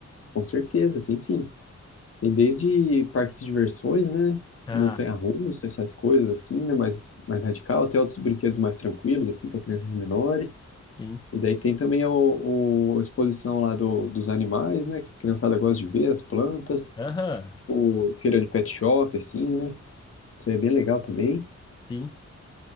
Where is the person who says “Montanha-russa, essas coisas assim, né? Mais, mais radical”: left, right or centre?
Left